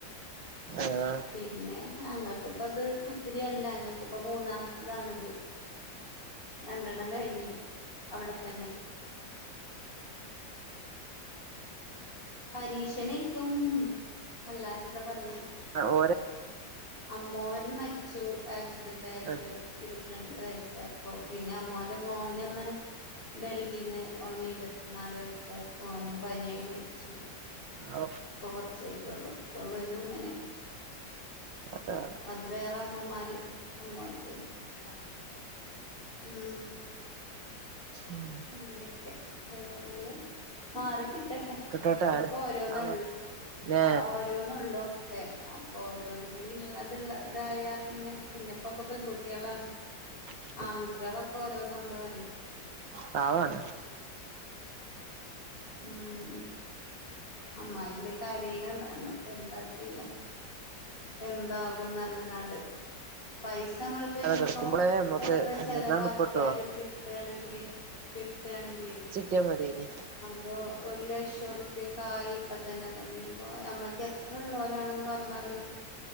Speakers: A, on the right; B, on the left.
A: ആഹ്
B: പിന്നെ അങ്ങക്കിപ്പത് പുത്തിരിയല്ല അങ്ങക്കിപ്പ മൂന്നാമത്തതാണിത് രണ്ടെണ്ണം കഴിഞ്ഞു അവിടെത്തന്നെ പരീക്ഷണയ്ക്കും അല്ലാതെ എന്താ പറയാ
A: ആഹ് ഓര
B: അമ്മോവൻ മരിച്ചു ആക്സിഡന്റ് ആയിട്ട്
A: ആ
B: ഇരുപത്തിരണ്ട്ര വയസ്സായപ്പോ പിന്നെ അമ്മോന്റെ മോനന്ന് ഡൽഹിൽന്ന് ഓന് ഇരുപത്തിനാല് വയസ്സായപ്പോ ഓനും പനിയായി മരിച്ചു
A: ഔ
B: ഇപ്പൊ കുറച്ചയായിട്ടുള്ളൂ പ്പ വനും ങ്ങനെ
A: അതാ
B: അത് വേറെ അമ്മോമാര് അമ്മര്തെ
A: ആ
B: ഉം
A: ഉം
B: അങ്ങനെയൊക്കെ ഏതായാലും മാറിക്കിട്ടട്ടെ
A: കിട്ടട്ടെ
B: ഒക്കെ ഓരോന്നള്ളൂ
A: പാവാണ് ല്ലേ
B: അഹ് ഓ ഓരോന്നുള്ളു ഒക്കെ അപ്പൊ ഓരോന്നും കൂടിള്ളത്ള്ള തായ പിന്നെ പിന്നെപ്പൊക്കെ പെൺകുട്ടിളാണ്
A: അ
B: ആൺകുട്ടിളൊക്കെ ഓരോന്നൊള്ളൂറി
A: പാവാണ്
B: ഉം അമ്മായ്ന്റെ കരീന <unintelligible> എന്താ ചെയ്യാ എന്താകുംന്നർഞ് കാണ്ട് പൈസ മ്മള് ഇപ്പ
A: അല്ലാതെ
B: ഇഞ്ഞിപ്പോ
A: കിടക്കുമ്പോളേ നമ്മക്ക്
B: എത്ര ചെലവാക്കിയാലും
A: നിന്നാ നിപ്പട്ടോ
B: കിട്ടാണെങ്കില് കിട്ടാണെങ്കില്
A: ട്ട്യാ മതേഞ്ഞി
B: പൊ ഒരു ലക്ഷം ർപ്പ്യൊക്കെ ആയി ഇപ്പ തന്നെ പർഞ്ഞി ഇപ്പൊ അമ്മക്ക് എത്രള്ളോലാണെന്ന് പറഞ്ഞാലും